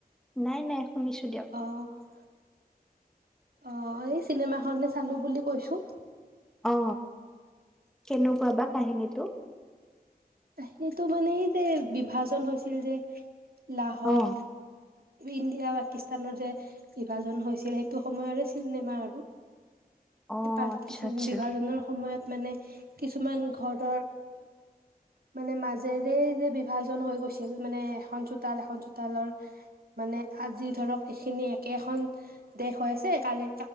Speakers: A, in the centre; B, on the right.
A: নাই নাই শুনিছো দিয়ক।
B: আহ অ এই চিনেমাখনে চালো বুলি কৈছো
A: অ কেনেকুৱা বা কাহিনীটো
B: পাহলেটো মানে এই যে বিভাজন হৈছিল যে লাহৰ
A: অ
B: ইণ্ডিয়া পাকিস্তানৰ যে বিভাজন হৈছিল সেইটো সময়ৰে চিনেমা আৰু
A: অ
B: পাৰটিচন
A: আচ্ছা আচ্ছা।
B: বিভাজনৰ সময়ত মানে কিছুমান ঘৰৰ মানে মাজেৰে যে বিভাজন হৈ গৈছিল মানে এখন চোতাল এখন চোতালৰ মানে আজি ধৰক এইখিনি একেখন দেশ হৈ আছে কালি